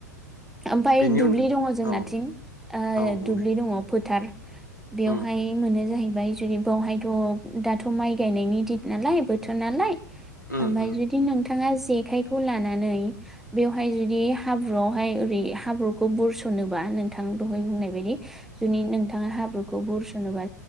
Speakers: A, in the centre; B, on the left.
A: ओमफाय
B: बेनि
A: दुब्लि
B: अन
A: दङ जोंनाथिं
B: औ
A: ओ
B: औ बुंनाय
A: दुब्लि दङ फोथार। बेवहाय
B: उम
A: मोनो जाहै। <unintelligible> जुदि बावहायथ' दाथ' माइ गायनायनि दित नालाय बोथोर नालाय‌।
B: उम
A: ओमबाय
B: उम
A: जुदि नोंथां। <unintelligible> जेखाइखौ लानानै बेवहाय जुदि हाब्रुआवहाय ओरै हाब्रु। खौ बुरसनोबा नोंथां दहाय बुंनाय बायदि जुनि नोंथाङा हाब्रुखौ बुरसनोबा।